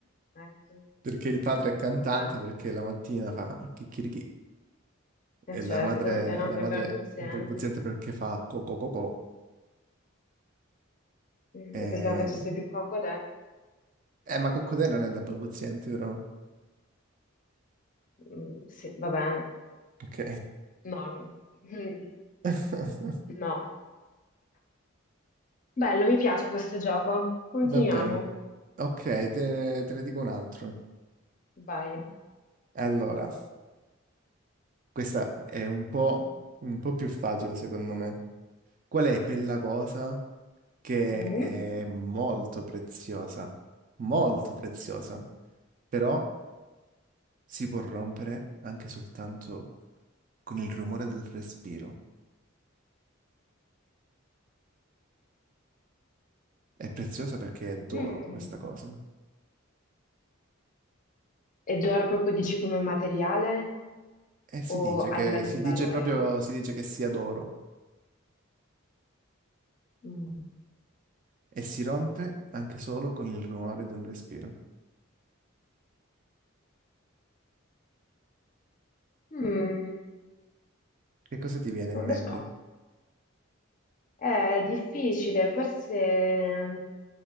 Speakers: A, on the left; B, on the right.
A: Ecco,
B: Perché il padre è cantante,
A: vabbè.
B: perché la mattina fa chicchirichì
A: E
B: E
A: certo,
B: la madre,
A: è anche
B: la madre
A: barbozzante.
B: è balbuziente perché fa coco coco.
A: Mm,
B: E...
A: Io pensavo facesse più cocodè.
B: Eh, ma Coccodè non è da balbuzienti, vero?
A: Mm, sì, va bene.
B: Ok.
A: No, mm,
B: <laughs>
A: <laughs> no. Bello, mi piace questo gioco. Continuiamo.
B: Va bene. Ok, te ne, te ne dico un altro.
A: Vai.
B: Allora, questa è un po', un po' più facile, secondo me. Qual è quella cosa che
A: Mm,
B: è molto preziosa? Molto preziosa, però si può rompere anche soltanto con il rumore del respiro. È preziosa perché è d'oro
A: mm.
B: questa cosa.
A: Ed ora proprio dici come materiale
B: E si
A: o
B: dice
A: a
B: che,
A: livello
B: si
A: di
B: dice
A: valore?
B: proprio, si dice che sia d'oro
A: Mm.
B: e si rompe anche solo con il rumore di un respiro.
A: Mm,
B: Che cosa ti viene
A: non
B: in mente?
A: lo so. Eh, È difficile, forse ehm,